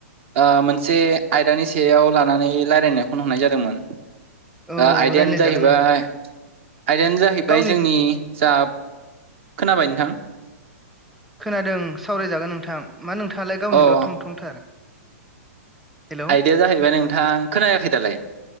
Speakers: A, on the right; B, in the centre.
A: ओ मोनसे आयदानि सायाव लानानै रायलायनो फन हरनाय जादोंमोन।
B: औ
A: ओ आयदायानो
B: रायलायजागोन
A: जाहैबाय
B: नों
A: आयदायानो जाहैबाय
B: गावनि
A: जोंनि जा खोनाबाय नोंथां?
B: खोनादों सावरायजागोन नोंथां मा नोंथाङालाय गावनिल'
A: औ
B: थं थंथार हेल' औ
A: आयदाया जाहैबाय नोंथां खोनायाखै दालाय